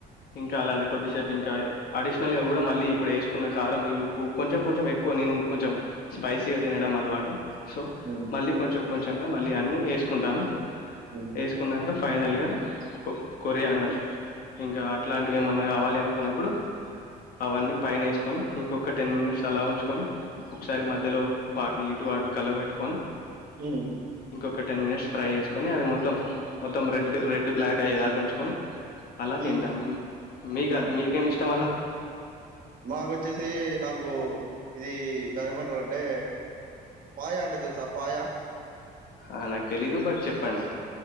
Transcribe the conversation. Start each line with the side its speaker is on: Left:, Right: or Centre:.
Left: ఇంకా అలానే కొద్దిసేపు ఇంకా అడిషనల్ గా కూడా మళ్ళీ ఇప్పుడు వేసుకున్న కారం ఈ ఉప్పు కొంచెం కొంచెం ఎక్కువ ని కొంచెం స్పైసీగా తినడం అలవాటు సో
Right: హ్మ్.
Left: మళ్ళీ కొంచెం కొంచెం మళ్ళీ అన్ని వేసుకుంటాను
Right: హ్మ్.
Left: వేసుకున్నాంక ఫైనల్గా కొ కొరియాండర్ ఇంకా అట్లాంటివి ఏమన్నా కావాలి అనుకున్నప్పుడు అవన్నీ పైన వేసుకొని ఇంకొక టెన్ మినిట్స్ అలా ఉంచుకొని ఒకసారి మధ్యలో వాటిని ఇటు అటు కలవెట్టుకొని
Right: ఉ
Left: ఒక టెన్ మినిట్స్ ఫ్రై చేసుకొని అవి మొత్తం మొత్తం రెడ్ రెడ్ బ్లాక్ అయ్యే దాగా ఉంచుకొని అలా
Right: హ్మ్.
Left: తింటాను మీకు
Right: హ్మ్.
Left: మీకేమి ఇష్టం అలా
Right: మాకొచ్చేసి నాకు ఇది దాని ఏమంటారంటే పాయా అంటే తెలుసా పాయా
Left: ఆ నాకు తెలీదు బట్ చెప్పండి